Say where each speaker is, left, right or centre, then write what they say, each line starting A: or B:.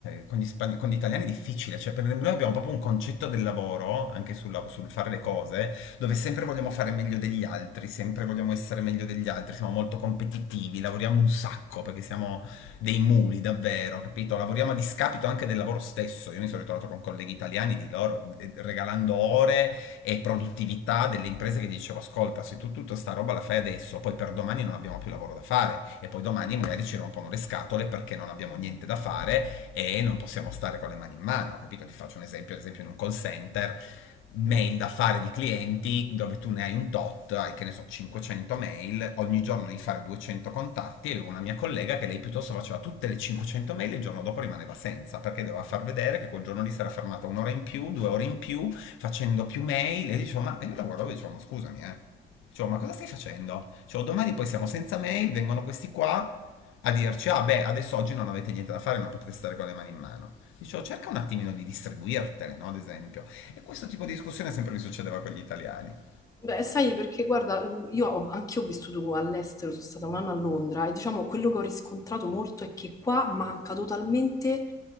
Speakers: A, on the left (about 90°); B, on the left (about 15°).
A: con gli, spagn- con gli italiani è difficile, cioè per noi abbiamo proprio un concetto del lavoro, anche sul, lav- sul fare le cose, dove sempre vogliamo fare meglio degli altri, sempre vogliamo essere meglio degli altri, siamo molto competitivi, lavoriamo un sacco perché siamo dei muli davvero, capito? Lavoriamo a discapito anche del lavoro stesso. Io mi sono ritrovato con colleghi italiani di loro eh, regalando ore e produttività delle imprese che dicevo ascolta, se tu tutta sta roba la fai adesso, poi per domani non abbiamo più lavoro da fare e poi domani magari ci rompono le scatole perché non abbiamo niente da fare e non possiamo stare con le mani in mano, capito? Ti faccio un esempio, ad esempio in un call center mail da fare di clienti dove tu ne hai un tot, hai che ne so, 500 mail, ogni giorno devi fare 200 contatti. E avevo una mia collega che lei piuttosto faceva tutte le 500 mail e il giorno dopo rimaneva senza perché doveva far vedere che quel giorno lì si era fermata un'ora in più, due ore in più, facendo più mail. E io dicevo, ma e io la guardavo e dicevo, ma scusami, eh. Dicevo, ma cosa stai facendo? Dicevo, domani poi siamo senza mail, vengono questi qua a dirci, ah beh, adesso oggi non avete niente da fare, non potete stare con le mani in mano. Dicevo, cerca un attimino di distribuirtele, no? Ad esempio. E questo tipo di discussione sempre mi succedeva con gli italiani.
B: Beh, sai, perché guarda, mm, io ho, anch'io ho vissuto all'estero, sono stata un anno a Londra e diciamo quello che ho riscontrato molto è che qua manca totalmente,